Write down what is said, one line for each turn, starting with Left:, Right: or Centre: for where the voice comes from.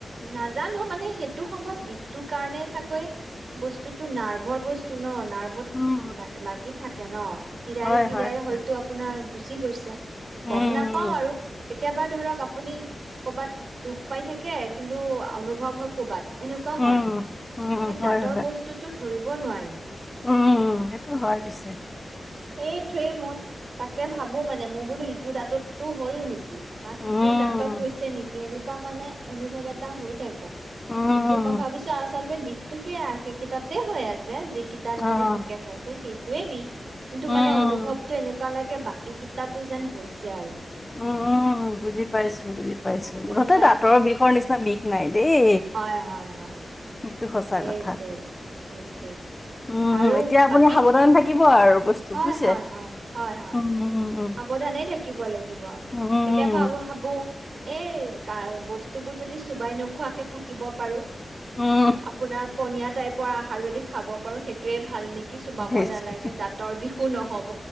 Right: নাজানো, মানে সেইটো সম্ভৱ বিষটোৰ কাৰণে চাগৈ, বস্তুতো নাৰ্ভৰ বস্তু ন! নাৰ্ভত
Left: উম
Right: লাগ-লাগি থাক কে ন খীৰায়
Left: হয়
Right: খীৰায়ে
Left: হয় হয়
Right: হয়তো আপোনাৰ গুচি গৈছে
Left: উম
Right: গম নাপাও আৰু কেতিয়াবা ধৰক আপুনি কবাত দুখ পাই থাকে, কিন্তু অনুভৱ হয় কবাত এনেকুৱা
Left: উম
Right: হয় মানে। সেই
Left: উম উম হয়
Right: দাঁতৰ
Left: হয়
Right: বস্তুটো ধৰিব নোৱাৰি
Left: উম সেইটো হয় পিছে
Right: এইটোৱেই মই তাকে ভাবো মানে মই বোলো ইটো দাঁততো হ'ল নেকি কি বা
Left: উম
Right: সিটোৰ দাঁতত হৈছে নেকি এনে এনেকুৱা মানে অনুভৱ এটা হৈ থাকে
Left: উম,
Right: কিন্তু মই ভাবিছো আচালতে টো সেইয়া সেইকেইটাতে হৈ আছে যি কিতান
Left: অ',
Right: মানে পোকে খাইছে সেই ে <unintelligible> কিন্তু
Left: উম,
Right: মানে
Left: উম,
Right: অনুভৱটো এনেকুৱা লাগে বাকী কিটাটো যেন হৈছে আৰু
Left: উম উম বুজি পাইছো বুজি পাইছো
Right: বুজি
Left: মুঠতে
Right: পাইছে
Left: দাতৰ বিষৰ নিচিনা বিষ নাই দেই,
Right: হয় হয় হয় হয়,
Left: সেইটো সঁচা
Right: সেইটোৱে,
Left: কথা।
Right: সেইটোৱে
Left: উম,
Right: আৰু
Left: উম, এতিয়া আপুনি
Right: বাকী
Left: সাৱধান থাকিব আৰু বস্তু
Right: হয়
Left: বুজিছে।
Right: হয় হয় হয় হয়
Left: উম, উম, উম,
Right: সাৱধানে থাকিব লাগিব
Left: উম, উম,
Right: কেতিয়াবা ভাবো এ কা বস্তুবোৰ যদি চোবাই নোখোৱাকে থাকিব পাৰো
Left: উম।
Right: আপোনাৰ পনীয়া টাইপৰ আহাৰ যদি খাব পাৰো সেইটোয়ে ভাল নেকি কিছু বাব
Left: সেইটোৱে।
Right: নালাগে দাঁত বিষু নহ'ব